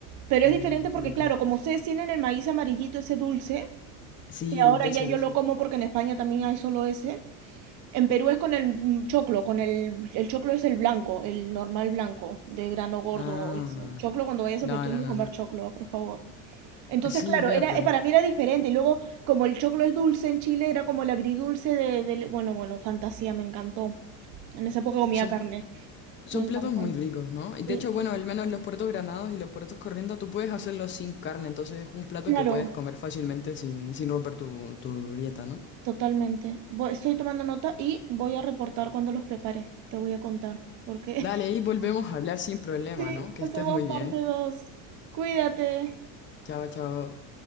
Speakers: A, on the right (about 45°); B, on the left (about 30°).
A: Pero
B: Ujú,
A: es diferente
B: qué
A: porque,
B: rico.
A: claro, como ustedes tienen el maíz amarillito, ese dulce,
B: Sí,
A: que ahora
B: de ese,
A: ya yo
B: de ese.
A: lo como porque en España también hay solo ese. En Perú es con el mm, choclo, con el, el choclo es el blanco, el normal blanco, de grano gordo.
B: Ah,
A: ese. Choclo cuando vayas
B: no,
A: a Perú tienes
B: no,
A: que
B: no,
A: comer
B: no.
A: choclo, por favor. Entonces,
B: Sí,
A: claro,
B: voy
A: era,
B: a probar.
A: eh, para mí era diferente. Y luego, como el choclo es dulce en Chile, era como el agridulce de, del- bueno, bueno, fantasía, me encantó. En esa época comía
B: Son,
A: carne.
B: son
A: Me encantó.
B: platos muy ricos, ¿no? Y de
A: Sí,
B: hecho, bueno, al menos los puertos granados y los puertos corriendo, tú puedes hacerlos sin carne, entonces es un plato
A: claro,
B: que puedes comer fácilmente sin, sin romper tu, tu dieta, ¿no?
A: totalmente. Voy- estoy tomando nota y voy a reportar cuando los prepare. Te voy a contar, porque
B: Dale, y volvemos a hablar sin problema,
A: Sí,
B: ¿no? Que
A: hacemos
B: estés muy
A: parte
B: bien.
A: 2. Cuídate.
B: Chao, chao.